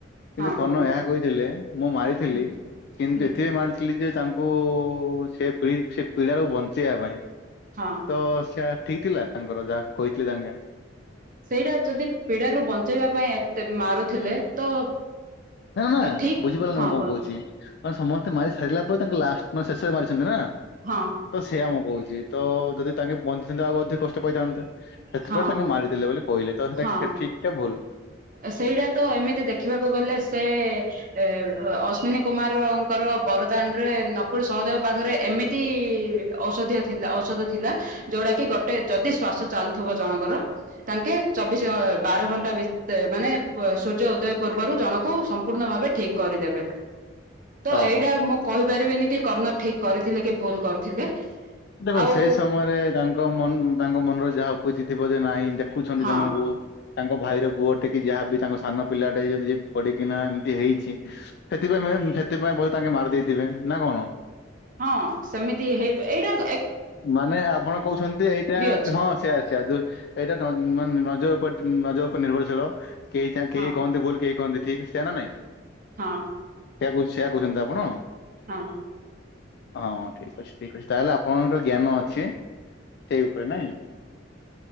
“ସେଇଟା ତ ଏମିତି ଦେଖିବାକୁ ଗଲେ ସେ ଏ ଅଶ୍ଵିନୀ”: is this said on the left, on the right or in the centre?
Right